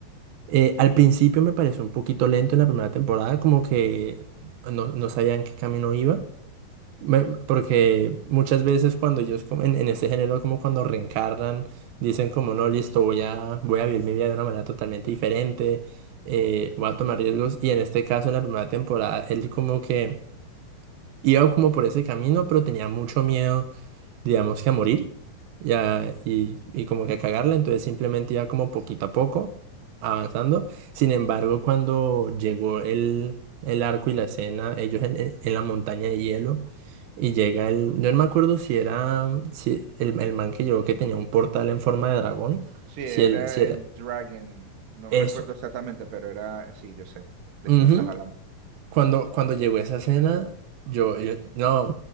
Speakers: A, on the right; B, on the right.
A: Eh, al principio me pareció un poquito lento en la primera temporada, como que no, no sabían qué camino iba, Me- porque muchas veces cuando ellos como en, en este género, como cuando reencarnan, dicen como no, listo, voy a, voy a vivir mi vida de una manera totalmente diferente, eh, voy a tomar riesgos, y en este caso en la primera temporada él como que iba como por ese camino, pero tenía mucho miedo digamos que a morir ya, y, y como que a cagarla, entonces simplemente iba como poquito a poco avanzando. Sin embargo, cuando llegó el, el arco y la escena, ellos en, en- en la montaña de hielo, y llega el, yo no me acuerdo si era si el, el man que llegó que tenía un portal en forma de dragón,
B: Sí,
A: si,
B: era
A: él, si era
B: el Dragon. No
A: eso.
B: recuerdo exactamente, pero era. Sí, yo sé de
A: Ujú.
B: quién estás hablando.
A: Cuando, cuando llegó esa escena, yo, yo- no,